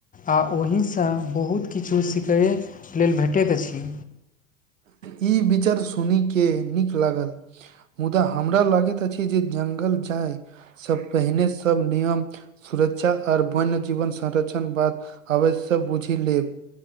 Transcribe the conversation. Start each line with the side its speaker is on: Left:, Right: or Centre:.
Left: आ ओहिसँ बहुत किछु सिखै लेल भेटैत अछि
Right: ई विचार सुन के नीक लागल मुदा हमरा लागैत अछि जे जंगल जाय से पहिने सब नियम सुरक्षा आओर वन्य जीवन संरक्षण बाद अवश्य बुझि लेब